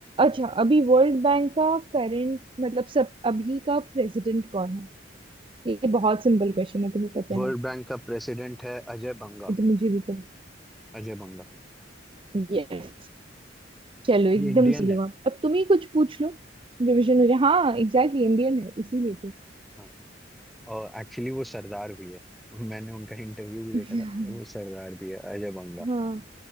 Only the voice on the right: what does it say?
अच्छा अभी वर्ल्ड बैंक का करंट मतलब सब अभी का प्रेसिडेंट कौन है ये बहुत सिंपल क्वेश्चन है तुम्हें पता
है
ये तो मुझे भी पता
यस चलो
एकदम
सही
जवाब अब तुम ही कुछ पूछ लो रिविजन हो जाए हाँ एग्जैक्टली इंडियन है इसीलिए तो
<laughs>
हाँ